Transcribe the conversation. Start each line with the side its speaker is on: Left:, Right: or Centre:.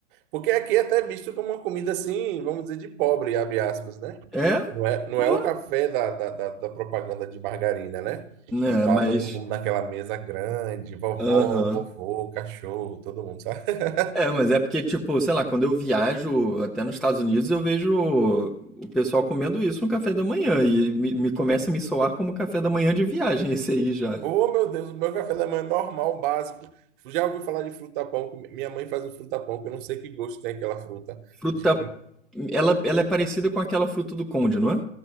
Right: Porque aqui é até visto como uma comida assim, vamos dizer, de pobre, abre aspas, né?
Centre: É?
Right: Não é, não
Centre: Pô.
Right: é o café da, da, da, da propaganda de margarina, né? Que
Centre: É,
Right: tá
Centre: mas.
Right: todo mundo naquela mesa grande, vovó,
Centre: Aham.
Right: vovô, cachorro, todo mundo, sabe? <laughs>
Centre: É, mas é porque, tipo, sei lá, quando eu viajo até nos Estados Unidos, eu vejo o pessoal comendo isso no café da manhã. E me, me começa a me soar como café da manhã de viagem <laughs> esse aí já.
Right: Oh, meu Deus, o meu café da manhã é normal, básico. Já ouvi falar de fruta-pão, que minha mãe faz o fruta-pão, que eu não sei que gosto tem aquela fruta.
Centre: Fruta
Right: De-
Centre: Ela, ela é parecida com aquela fruta do conde, não é?